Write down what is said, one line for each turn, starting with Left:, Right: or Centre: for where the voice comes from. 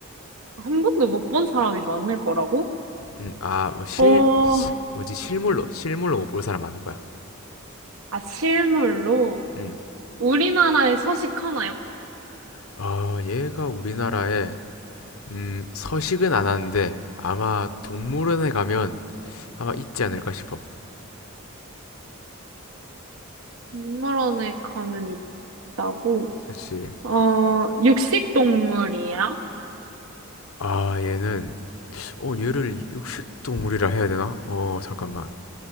Right: 한 번도 못 본 사람이 많을 거라고?
Left: 음, 아, 뭐 실,
Right: 어,
Left: 뭐지, 실물로, 실물로 못 볼 사람 많을 거야.
Right: 아, 실물로.
Left: 음.
Right: 우리나라에 서식하나요?
Left: 아, 얘가 우리나라에, 음, 서식은 안 하는데, 아마 동물원에 가면 아마 있지 않을까 싶어.
Right: 동물원에 가면 있다고?
Left: 그렇지.
Right: 어, 육식동물이야?
Left: 아, 얘는, 어, 얘를 육식동물이라 해야 되나? 어, 잠깐만.